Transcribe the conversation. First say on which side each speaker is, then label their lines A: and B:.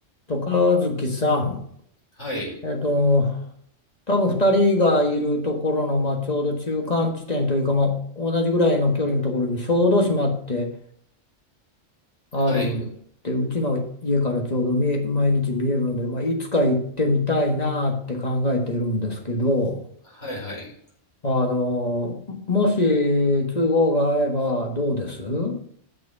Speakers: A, on the left (about 35°); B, on the left (about 70°).
A: と、和樹さん、
B: はい、
A: えっと、多分2人がいるところの、まあ、ちょうど中間地点というか、まあ、同じぐらいの距離のところに小豆島ってあるってうちの家からちょうど見え毎日見えるので、
B: はい、
A: まあ、いつか行ってみたいなって考えているんですけど
B: はい、はい。
A: あのもし都合が合えばどうです行